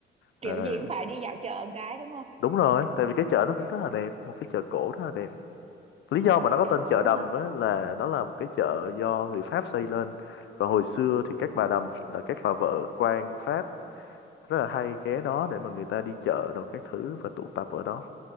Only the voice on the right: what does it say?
kiểu
gì cũng phải đi dạo chợ một cái đúng không
chợ
cổ
hả